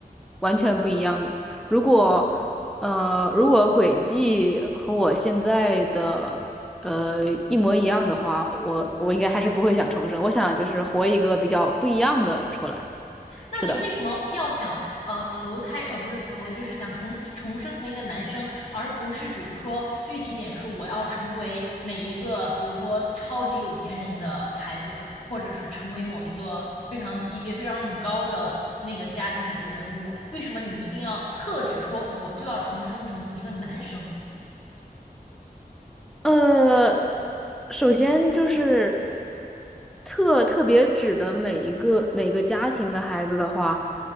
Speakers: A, in the centre; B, on the left.
A: 完全不一样的。如果呃，如果轨迹和我现在的呃一模一样的话，我我应该还是不会想重生。我想就是活一个比较不一样的出来。
B: 那你为什么要想呃投胎呃不是投胎，
A: 是的。
B: 就是想重重生成一个男生，而不是比如说具体点说我要成为哪一个，比如说超级有钱人的孩子，或者是成为某一个非常级别非常很高的那个家庭里的人物？为什么你一定要特指说我就要重生成一个男生？
A: 呃，首先就是特特别指的每一个哪个家庭的孩子的话，